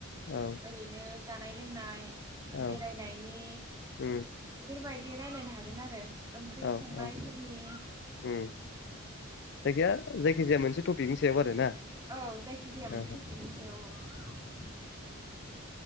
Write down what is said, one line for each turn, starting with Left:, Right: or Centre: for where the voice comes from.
Left: औ
Right: ओरैनो जानाय लोंनाय।
Left: औ
Right: बेरायनायनि
Left: उम
Right: बेफोरबाय रायलायनो हागोन आरो। ओंख्रि
Left: औ
Right: संनायफोरनि
Left: औ उम
Right: औ।
Left: जायखिया जायखिजाया मोनसे टपिकनि सायाव आरोना।
Right: औ जायखिजाया
Left: औ
Right: मोनसे टपिकनि सायाव औ।